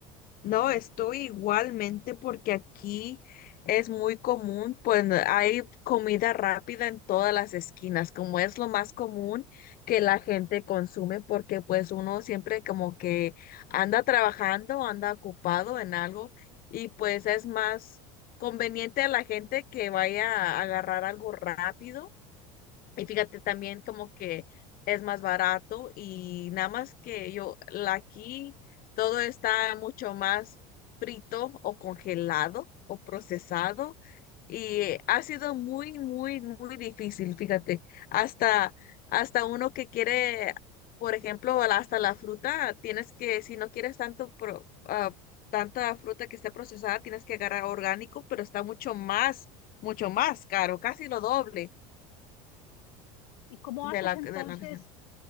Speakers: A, on the left (about 50°); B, on the left (about 80°).
A: No, estoy igualmente porque aquí es muy común, pues no- hay comida rápida en todas las esquinas, como es lo más común que la gente consume, porque pues uno siempre como que anda trabajando, anda ocupado en algo y pues es más conveniente a la gente que vaya a agarrar algo rápido y fíjate también como que es más barato y nada más que yo, la- aquí todo está mucho más frito o congelado o procesado y ha sido muy, muy, muy difícil, fíjate, hasta, hasta uno que quiere, por ejemplo, hasta la fruta, tienes que, si no quieres tanto, pro- ah, tanta fruta que esté procesada, tienes que agarrar orgánico, pero está mucho más, mucho más caro, casi lo doble
B: ¿Y cómo
A: de
B: haces
A: la,
B: entonces
A: de la región.